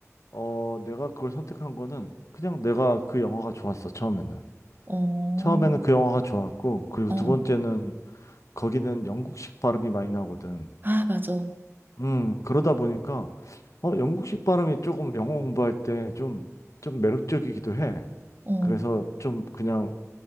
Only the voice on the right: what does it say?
어, 어.
어.
아, 맞아.
어,